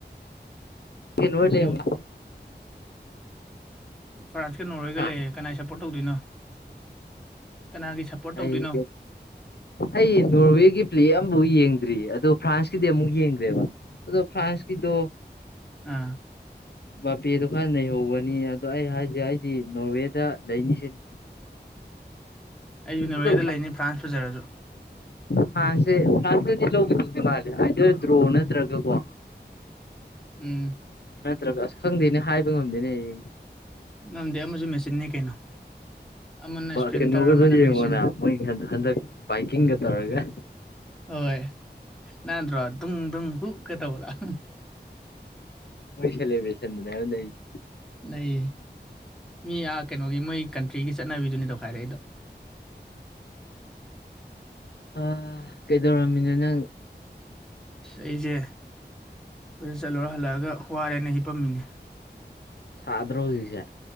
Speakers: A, on the left; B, in the centre.
A: ꯏꯅꯣ ꯂꯩ
B: ꯅꯦꯠꯋꯥꯛ
A: <unintelligible>
B: ꯐ꯭ꯔꯥꯟꯁꯀ ꯅꯣꯔꯋꯦꯒ
A: ꯍꯥ
B: ꯂꯩꯌꯦ ꯀꯅꯥꯏ ꯁꯞꯄꯣꯔꯠ ꯇꯧꯗꯣꯏꯅꯣ ꯀꯅꯥꯒꯤ ꯁꯞꯄꯣꯔꯠ ꯇꯧꯗꯣꯏꯅꯣ
A: ꯑꯩ ꯑꯩ ꯅꯣꯔꯋꯦꯒꯤ ꯄ꯭ꯂꯦ ꯑꯃꯐꯥꯎ ꯌꯦꯡꯗ꯭ꯔꯤ ꯑꯗꯣ ꯐ꯭ꯔꯥꯟꯁꯀꯤꯗꯤ ꯑꯃꯨꯛ ꯌꯦꯡꯒꯔꯦꯕ ꯑꯗꯣ ꯐ꯭ꯔꯥꯟꯁꯀꯤꯗꯣ
B: ꯑꯥ
A: ꯃꯄꯦꯗꯣ ꯈꯔ ꯅꯩꯍꯧꯕꯅꯤ ꯑꯗꯣ ꯑꯩ ꯍꯥꯏꯁꯦ ꯑꯩꯗꯤ ꯅꯣꯔꯋꯦꯗ ꯂꯩꯅꯤ ꯁꯤꯅꯦ
B: ꯑꯩꯁꯨ ꯅꯣꯔꯋꯦꯗ
A: ꯑꯗꯣ
B: ꯂꯩꯅꯤ ꯐ꯭ꯔꯥꯟꯁ ꯐꯖꯔꯁꯨ
A: ꯐꯔꯟꯁꯦ ꯐ꯭ꯔꯥꯟꯁꯅꯗꯤ ꯂꯧꯒꯤꯗꯧꯗꯤ ꯃꯥꯜꯂꯤ ꯑꯥꯏꯗꯔ ꯗ꯭ꯔꯣ ꯅꯠꯇ꯭ꯔꯒꯀꯣ
B: ꯎꯝ
A: ꯅꯠꯇ꯭ꯔꯒ ꯑꯁ ꯈꯪꯗꯦꯅꯦ ꯍꯥꯏꯕ ꯉꯝꯗꯦꯅꯦ ꯍꯌꯦꯡ
B: ꯉꯝꯗꯦ ꯑꯃꯁꯨ ꯃꯦꯆꯤꯟꯅꯤ ꯀꯩꯅꯣ ꯑꯃꯅ
A: ꯍꯣꯢ
B: ꯏꯁꯄ꯭ꯔꯤꯟꯇꯔ
A: ꯀꯩꯅꯣꯒꯗꯣ
B: ꯑꯃꯅ
A: ꯌꯦꯡꯉꯣꯅ
B: ꯃꯦꯆꯤꯟ
A: ꯃꯣꯏ ꯍꯟꯗꯛ ꯕꯥꯏꯀꯤꯡꯒ ꯇꯧꯔꯒ
B: ꯍꯣꯏ ꯅꯥꯟꯗ꯭ꯔꯣ ꯗꯨꯡ ꯗꯨꯡ ꯍꯨꯛꯀ ꯇꯧꯕꯗꯣ
A: ꯁꯦꯂꯦꯕꯔꯦꯁꯟ ꯗꯨꯅꯦ ꯍꯥꯏꯕ ꯅꯩꯔꯤꯖꯦ
B: ꯅꯩꯌꯦ ꯃꯤ ꯑ ꯀꯩꯅꯣꯒꯤ ꯃꯣꯏ ꯀꯟꯇ꯭ꯔꯤꯒꯤ ꯆꯠꯅꯕꯤꯗꯨꯅꯤ ꯇꯧꯈꯥꯏꯔꯛꯏꯗꯣ
A: ꯑ ꯀꯩꯗꯧꯔꯝꯃꯤꯅꯣ ꯅꯪ
B: ꯑꯩꯖꯦ ꯀꯣꯏꯆꯠ ꯆꯠꯂꯨꯔ ꯍꯜꯂꯛꯑꯒ ꯋꯥꯔꯦꯅ ꯍꯤꯄꯝꯃꯤꯅꯦ
A: ꯁꯥꯗ꯭ꯔꯣ ꯍꯧꯖꯤꯛꯁꯦ